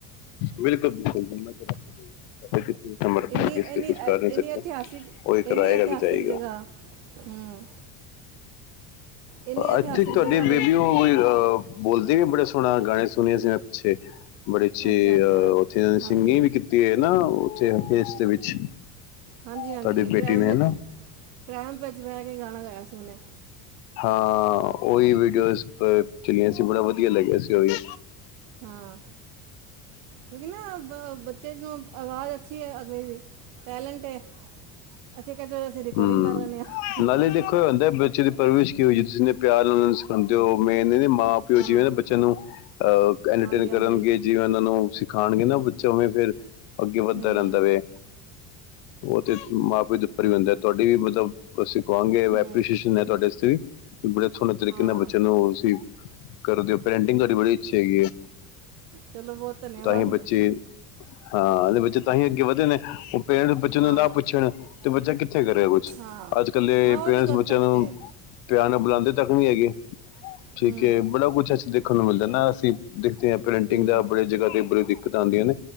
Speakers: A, on the left; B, on the right.
A: ਬਿਲਕੁਲ ਬਿਲਕੁਲ ਜਥੇ <inaudible> ਅੰਮ੍ਰਿਤ
B: ਇੰਨੀ
A: ਵੇਲੇ
B: ਇੰਨੀ
A: ਕੁਛ
B: ਅ-
A: ਕਰ ਨੀ
B: ਇੰਨੀ
A: ਸਕੇ,
B: ਇਤਿਹਾਸਿਕ
A: ਉਹਹੀ ਕਿਰਾਏ
B: ਇੰਨੀ ਇਤਿਹਾਸਿਕ
A: ਤੇ ਜਾਇਗਾ
B: ਜਗ੍ਹਾ ਹੂੰ ਇੰਨੀ ਇਤਿਹਾਸਿਕ
A: ਅੱਜ ਈ ਤੁਹਾਡੀੇ,
B: ਜਗ੍ਹਾ
A: ਬਿਲਓ
B: ਵੇ
A: ਅ, ਬੋਲਦੀ ਵੀ ਬੜਾ ਸੋਹਣਾ, ਗਾਣਾ ਸੁਣਇਆ ਸੀ ਮੈਂ ਪਿੱਛੇ। ਬੜੇ ਉੱਥੇ
B: ਅੱਛਾ ਅੱਛਾ ਹਾਂਜੀ
A: ਸਿੰਗਿੰਗ ਵੀ ਕੀਤੀ ਹੈ ਨਾ, ਉੱਥੇ ਫੇਸ ਦੇ ਵਿੱਚ
B: ਹਾਂਜੀ-ਹਾਂਜੀ
A: ਤੁਹਾਡੀ ਬੇਟੀ
B: ਟ੍ਰੈਮ
A: ਨੇ
B: ਵਿੱਚ
A: ਹਨਾ।
B: ਟ੍ਰੈਮ ਵਿੱਚ ਬਹਿ ਕੇ, ਗਾਣਾ ਗਾਇਆ ਸੀ ਉਹਨੇ
A: ਹਾਂ, ਉਹੀ ਵੀਡੀਓਜ਼ ਚਲੀਆਂ ਸੀ। ਬੜਾ ਵਧੀਆ ਲੱਗਿਆ ਸੀ। ਉਹੀ
B: ਹਾਂ, ਕਿਉਂਕਿ ਨਾ ਬੱਚੇ ਨੂੰ ਆਵਾਜ਼ ਅੱਛੀ ਐ, ਅਗਲੇ ਦੀ। ਟੈਲੈਂਟ ਏ, ਅਸੀਂ ਕਿਹਾ ਅਸੀਂ ਰਿਕੋਡਿੰਗ
A: ਹੂੰ।
B: ਕਰ ਲੈਂਦੇ ਹਾਂ।
A: ਨਾਲੇ ਦੇਖੋ ਹੁੰਦਾ ਬੱਚੇ ਦੀ ਪਰਵਿਸ਼ ਕੀ ਹੋਈ ਐ, ਤੁਸੀਂ ਇਨੇ ਪਿਆਰ ਨਾਲ ਸਿਖਾਂਦੇ ਹੋ, ਮੇਨ ਇਹਦੇ ਮਾਂ ਪਿਓ
B: ਹਾਂ
A: ਜਿਵੇਂ ਨਾ ਬੱਚਿਆਂ ਨੂੰ ਅਹ ਐੰਟਰਟੇਨ
B: ਹਾਂਜੀ
A: ਕਰਨਗੇ।
B: ਹਾਂਜੀ
A: ਜਿਵੇਂ ਉਹਨਾਂ ਨੂੰ ਸਿਖਾਣਗੇ ਨਾ, ਬੱਚਾ ਉਵੇਂ ਫੇਰ ਅੱਗੇ ਵੱਧਦਾ
B: ਹੂੰ
A: ਰਹਿੰਦਾ ਵੇ। ਉਹ ਤੇ ਮਾਂ- ਪਿਓ ਉੱਪਰ ਵੀ ਹੁੰਦੈ, ਤੁਹਾਡੀ ਵੀ ਮਤਲਬ ਅਸੀਂ ਕਹਾਂਗੇ
B: ਹੂੰ
A: ਐਪਰੀਸ਼ੀਏਸ਼ਨ ਐ ਤੁਹਾਡੇ ਵਾਸਤੇ ਵੀ, ਬੜੇ ਸੋਹਣੇ ਤਰੀਕੇ
B: ਹਾਂ
A: ਨਾਲ ਬੱਚਿਆਂ ਨੂੰ ਅਸੀਂ ਕਰਦੇ ਹੋ, ਪੇਂਟਿੰਗ ਤੁਹਾਡੀ ਬੜੀ ਅੱਛੀ ਹੈਗੀ ਐ,
B: ਚਲੋ ਬਹੁਤ ਧੰਨਵਾਦ
A: ਤਾਂਹੀ ਬੱਚੇ ਹਾਂ ਇਹਦੇ ਬੱਚੇ ਤਾਂਹੀ ਅੱਗੇ ਵਧੇ ਨੇ, ਉਹ ਬੱਚੇ ਨੂੰ
B: ਹਾਂ
A: ਨਾ ਪੁੱਛਣ ਤੇ ਬੱਚਾ ਕਿੱਥੇ ਕਰੇਗਾ ਕੁਛ,
B: ਹਾਂ
A: ਅੱਜ- ਕੱਲ੍ਹ
B: ਹਾਂ
A: ਪੇਰੈਂਟਸ
B: ਉਹ ਤਾਂ ਗੱਲ
A: ਬੱਚਿਆਂ
B: ਫੈਕਟ
A: ਨੂੰ
B: ਹੈ
A: ਪਿਆਰ ਨਾਲ ਬੁਲਾਂਦੇ ਤੱਕ ਵੀ ਨਹੀਂ ਹੈਗੇ, ਠੀਕ
B: ਹੂੰ
A: ਏ, ਬੜਾ ਕੁਛ ਅੱਛਾ ਦੇਖਣ ਨੂੰ ਮਿਲਦਾ ਨਾ, ਅਸੀਂ ਦੇਖਦੇ ਹਾਂ, ਪ੍ਰੀਟਿੰਗ
B: ਹੂੰ
A: ਦਾ ਬੜੀ ਜਗ੍ਹਾ ਤੇ ਬੜੀ ਦਿੱਕਤ ਆਂਦੀਆਂ ਨੇ,